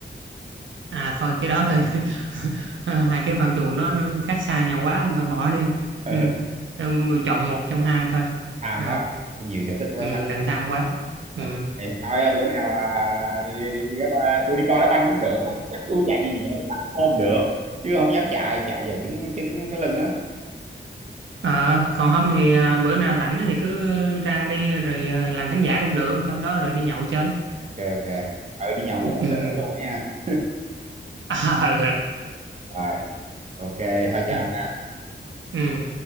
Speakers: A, on the right (about 80°); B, on the right (about 35°).
A: À thôi cái đó thôi <laughs> hai cái phạm trù nó, nó khác xa nhau quá thôi bỏ đi
B: <laughs>
A: ừ. Tôi chọn một trong hai thôi
B: tham
A: à,
B: quá nhiều sở thích quá
A: ừ, đừng tham quá
B: Ok,
A: ừ.
B: thôi à, bữa nào à, đi, đi, đi, đá ba- tôi đi coi đá banh cũng được không chắc tôi chạy nhẹ nhẹ tôi banh cũng không được chứ không dám chạy chạy giờ chứng chứng cái lưng á
A: Ờ, còn không thì à, bữa nào rảnh thì cứ ra đi rồi à, làm khán giả cũng được sau đó rồi đi nhậu chơi
B: ok ok ờ đi
A: <laughs>
B: nhậu có một
A: ừ. ừ.
B: sở thích luôn đó nha
A: À,
B: rồi ok thôi chào
A: ừ.
B: nha
A: Ừ.